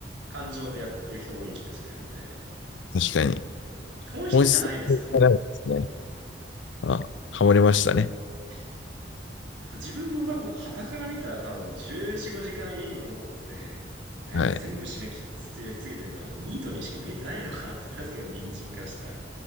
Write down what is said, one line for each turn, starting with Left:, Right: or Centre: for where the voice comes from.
Right: 感情でやってる人多い気がしてるんで、
Left: 確かに。
Right: 本質じゃないですよね。
Left: 本質がなんですね。あ、ハマりましたね。
Right: ええ自分も多分、傍から見たら多分14、5時間家にこもって、えー全部締め切ってずっとやり続けてるから、
Left: はい。
Right: ニートにしか見えてないのかなと思いますけど、ね、隣人からしたら、